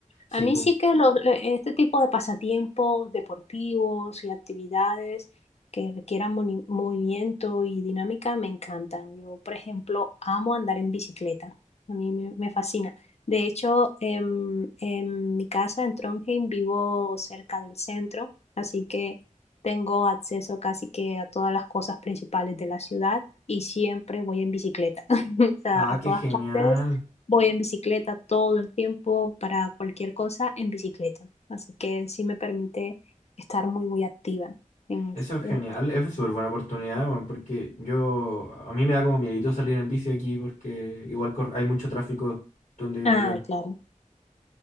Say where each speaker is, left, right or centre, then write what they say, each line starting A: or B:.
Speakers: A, on the left (about 85°); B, on the left (about 55°).
A: Sí,
B: A mí
A: pues.
B: sí que lo- este tipo de pasatiempos deportivos y actividades que requieran moni- movimiento y dinámica me encantan. Yo, por ejemplo, amo andar en bicicleta. A mí me, me fascina. De hecho, em, en mi casa en Trondheim vivo cerca del centro, así que tengo acceso casi que a todas las cosas principales de la ciudad y siempre voy en bicicleta. <laughs> O sea,
A: Ah,
B: a
A: qué
B: todas
A: genial.
B: partes Voy en bicicleta todo el tiempo para cualquier cosa en bicicleta. Así que sí me permite estar muy, muy activa. en
A: Eso es
B: este-
A: genial, es súper buena oportunidad, weón, porque yo, a mí me da como miedito salir en bici aquí porque igual cor- hay mucho tráfico donde vivo
B: Ah,
A: yo,
B: claro.